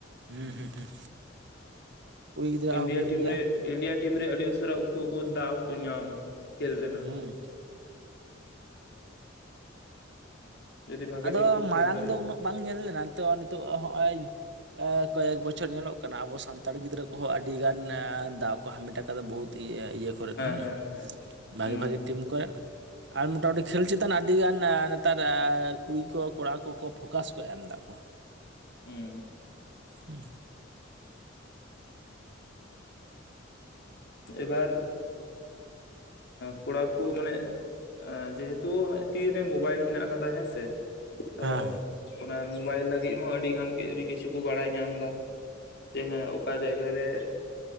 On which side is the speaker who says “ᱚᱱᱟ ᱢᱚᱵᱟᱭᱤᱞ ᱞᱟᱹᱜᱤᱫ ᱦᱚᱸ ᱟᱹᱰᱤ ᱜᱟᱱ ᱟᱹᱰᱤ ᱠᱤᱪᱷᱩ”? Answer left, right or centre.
Left